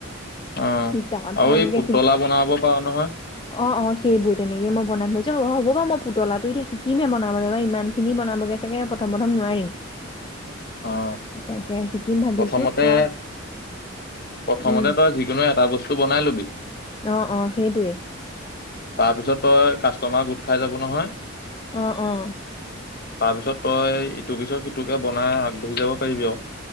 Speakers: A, on the left; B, on the left.
A: অ
B: তাৰপা
A: আৰু
B: এনেকে
A: এই পুতলা বনাব পাৰো নহয়
B: অ অ সেইবোৰ তেনেকে মই বনাম ভাবছো অ হ'ব বাৰু মই পুতলাটো এতিয়া শিকিমে বনাবলৈ বা ইমান খিনি বনাবগে চাগে প্ৰথম প্ৰথম নোৱাৰিম
A: অ
B: তাকে শিকিম ভাবিছো
A: প্ৰথমতে
B: তাক
A: প্ৰথমতে
B: উম
A: তই যিকোনো এটা বস্তু বনাই ল বি
B: অ অ সেইটোৱেই
A: তাৰপিছত তই কাষ্টমাৰ গোট খাই যাব নহয়
B: অহ অ
A: তাৰ পিছত তই ইটোৰ পিছত সিটোকে বনাই তুমি যাব পাৰিবি আৰু